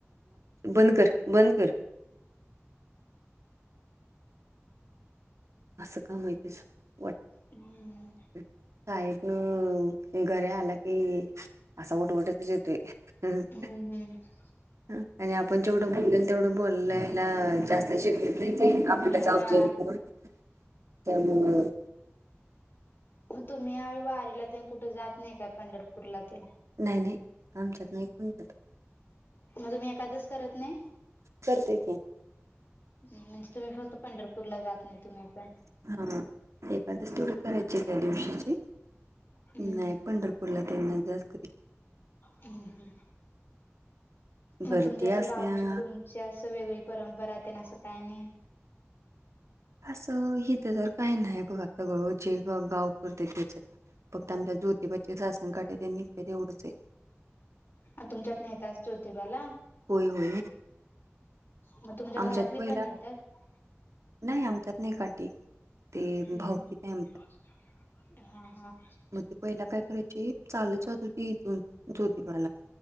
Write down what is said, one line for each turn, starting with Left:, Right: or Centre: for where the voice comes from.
Right: बंद कर बंद कर असं का माहितेस वा?
Left: हम्म.
Right: शाळेतन घरी आला की, असा ओरडत ओरडतच येतोय हम्.
Left: हम्म हम्म
Right: आणि आपण जेवढं बोलले, तेवढं बोलायला जास्त शिके नाही ताई आपण त्याच
Left: हा
Right: ऑबजरव करू त्यामुळं
Left: मग तुम्ही यावेळी वारीला ते, कुठे जात नाही काय पंढरपूरला ते?
Right: नाही नाही आमच्यात नाही कोणत
Left: म्हणजे तुम्ही एकादशी करत नही?
Right: करते की
Left: हम म्हणजे तुम्ही फक्त पंढरपूर ला जात नाही तुम्ही पण?
Right: हा एकादस तेवढ करायची त्या दिवशीची
Left: हम्म
Right: नाही पंढरपूरला त्यांना जास् कध
Left: हम हम मग
Right: गर्दी
Left: तुमच्या असं
Right: असत्या
Left: गावची तुम चीं असं वेगळी परंपरा त्या ना असं काही नाही.
Right: असं इिथं तर काय नाही बघा सगळं जे गाव करते तेच फक्त आमच्या ज्योतीबाचेासन काठे आहे मी ते तेवढचं आहे.
Left: अ तुमच्यात नेट असतील ज्योतिबाला?
Right: होय होय
Left: मग तुमच्या घरातली
Right: आमच्यात पहिला
Left: पण नेतात
Right: नाही आमच्यात नाही काठी, ते भाऊकित
Left: हम्म
Right: आहे आम
Left: हा हा.
Right: मग ती पहिल काय करायचे चालत जातं होती इथून जोतिबाला